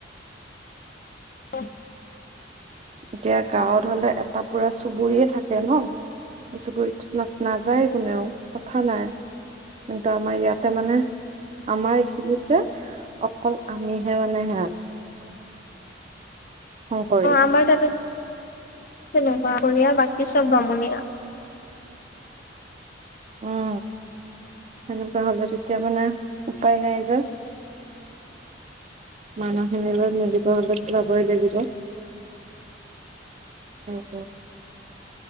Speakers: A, on the left; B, on the right.
A: অ
B: এতিয়া গাঁৱত হলে এটা পুৰা চুবুৰয়ে থাকে ন স চুবুৰীটোত নাযায় কোনেও কথা নাই কিন্তু আমাৰ ইয়াতে মানে আমাৰ এইখিনিত যে অকল আমিহে মানে সেয়া অ কৰি
A: আমাৰ তাতো তেনেকুৱা বৰীয়া <unintelligible> বাকী চব বামুনীয়া
B: উম সেনেকুৱা হ'লে তেতিয়া মানে উপায় নাই যে মানুহখিনিৰ লগত মিলিব হ'লেতো যাবই লাগিব। উ উ